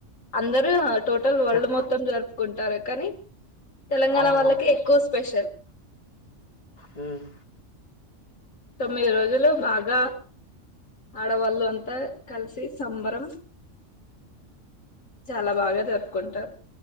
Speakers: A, on the left (about 90°); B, on the left (about 35°).
A: అందరు హా టోటల్ వరల్డ్
B: తె-
A: మొత్తం జరుపుకుంటారైతే కనీ తెలంగాణ
B: అవునవును
A: వాళ్ళకి ఎక్కువ స్పెషల్
B: హ్మ్
A: తొమ్మిది రోజులు బాగా ఆడవాళ్ళు అంత కలిసి సంబరం చాల బాగా జరుపుకుంటారు